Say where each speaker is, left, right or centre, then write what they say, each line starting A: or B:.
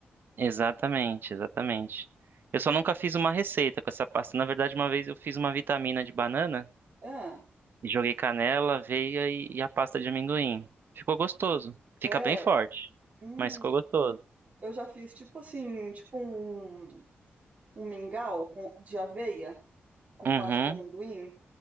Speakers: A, on the right; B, on the right.
A: exatamente, exatamente. Eu só nunca fiz uma receita com essa pasta. Na verdade, uma vez eu fiz uma vitamina de banana
B: Ah,
A: e joguei canela, aveia e, e a pasta de amendoim. Ficou gostoso.
B: é.
A: Fica bem forte,
B: Hum,
A: mas ficou gostoso.
B: eu já fiz tipo assim, tipo um, um mingau com, de aveia com
A: Uhum.
B: pasta de amendoim,